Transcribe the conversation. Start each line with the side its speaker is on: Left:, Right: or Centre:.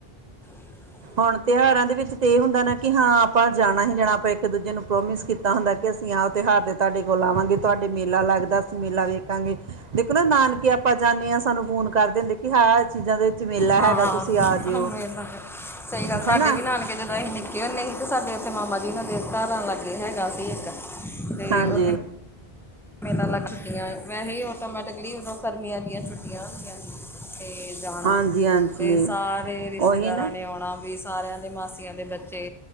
Centre: <inaudible>
Right: ਹੁਣ ਤਿਉਹਾਰਾਂ ਦੇ ਵਿੱਚ ਤੇ ਇਹ ਹੁੰਦਾ ਨਾ ਕਿ ਹਾਂ ਆਪਾਂ ਜਾਣਾ ਹੀ ਜਾਣਾ ਆਪਾਂ ਇੱਕਦੂਜੇ ਨੂੰ ਪ੍ਰੋਮਿਸ ਕੀਤ। ਤਾਂ ਹੁੰਦਾ ਕਿ ਅਸੀਂ ਆਹ ਤਿਉਹਾਰ ਤੇ ਤੁਹਾਡੇ ਕੋਲ ਆਵਾਂਗੇ ਤੁਹਾਡੇ ਮੇਲਾ ਲੱਗਦਾ ਸੀ ਮੇਲਾ ਵੇਖਾਂਗੇ। ਦੇਖੋ ਨਾ ਨਾਨਕੇ ਆਪਾਂ ਜਾਂਦੇ ਹਾਂ ਸਾਨੂੰ ਫੋਨ ਕਰਦੇ ਹੁੰਦੇ ਕਿ ਹਾਂ ਚੀਜ਼ਾਂ ਦੇ ਮੇਲਾ
Centre: ਹਾਂ,
Right: ਹੈਗਾ ਤੁਸੀਂ ਆ ਜਿਓ
Centre: ਓਹੀ ਤਾਂ ਸਈ ਗੱਲ ਸਾਡੇ
Right: ਹਨਾ
Centre: ਵੀ ਨਾਨਕੇ ਜਦੋਂ ਅਸੀਂ ਨਿੱਕ ਕਿਊ ਨਹੀਂ ਸੀ? ਸਾਡੇ ਉੱਥੇ ਮਾਮਾ ਜੀ ਉਹਨਾਂ ਦੇ ਘਰਾਂ ਲਾਗੇ ਹੈਗਾ ਸੀ ਇੱਕ। ਤੇ
Right: ਹਾਂਜੀ।
Centre: ਉੱਥੇ ਮੇਲਾ ਲੱਗ ਛੁੱਟੀਆਂ ਏ, ਐਸੇ ਹੀ ਆਟੋਮੈਟਿਕਲੀ ਉਦੋਂ ਗਰਮੀਆਂ ਦੀਆਂ ਛੁੱਟੀਆਂ ਹੁੰਦੀਆਂ ਸੀ। ਤੇ ਜਾਣਾ,
Right: ਹਾਂਜੀ ਹਾਂਜੀ
Centre: ਤੇ ਸਾਰੇ ਰਿਸ਼ਤੇਦਾਰਾਂ
Right: ਉਹੀ ਨਾ
Centre: ਨੇ ਆਉਣਾ ਵੀ ਸਾਰਿਆਂ ਦੇ ਮਾਸ ਤਾਈਆਂ ਦੇ ਬੱਚੇ